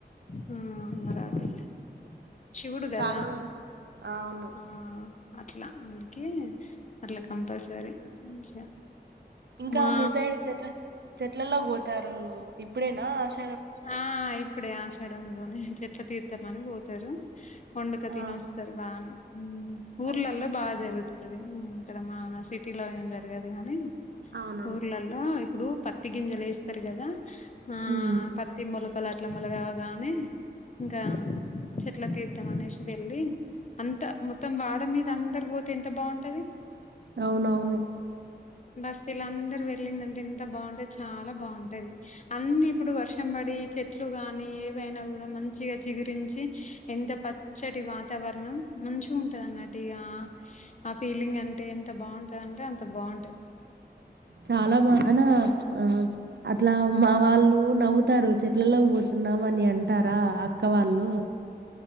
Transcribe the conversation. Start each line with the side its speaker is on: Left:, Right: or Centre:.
Left: ఆ అన్నారాలే శివుడు గదా
Right: చాలా వరకు అవును
Left: ఆ అట్లా అందుకే అట్లా కంపల్సరీ మంచిగా
Right: ఇంకా
Left: మా
Right: మీ సైడ్ చెట్ల చెట్లల్లో పోతారు ఇప్పుడేనా ఆశ
Left: ఆ ఇప్పుడే ఆషాడంలోనే చెట్ల తీర్తాలని పోతారు వండుక తిని
Right: ఆ
Left: వస్తారు బానే ఊర్లలో
Right: అదే
Left: బాగా జరుగుతది. ఇక్కడ మా సిటీలో ఏం జరగదు కాని
Right: అవునవును
Left: ఊర్లలో ఇప్పుడు ప పత్తి గింజలు ఏస్తారు కదా ఆ
Right: ఉమ్
Left: పత్తి మొలకలు అట్ల మొలగగానే ఇంకా చెట్లా తీర్ధం అనేసి వెళ్ళి అంత మొత్తం వాడ మీద అందరు పోతే ఎంత బాగుంటది
Right: అవునవును
Left: బస్తీల అందరు వెళ్ళిందంటే ఇంత బాగుంటే చాలా బాగుంటది అన్న ఇప్పుడు వర్ష్ షంబడి చెట్లు గాని ఏవైనా కూడా మంచిగా చిగురించి ఎంత ప చటి వాతావరణం మంచిగా ఉంటదన్నట్టు ఇగా ఆ ఫీలింగ్ అంటే ఎంత బాగుంటదంటే అంత బాగుంట
Right: చాలా బాగా అనా ఆ అట్లా మా వాళ్ళు నవ్వుతారు చెట్లలోకి పోతున్నామని అంటారా అక్క వాళ్ళు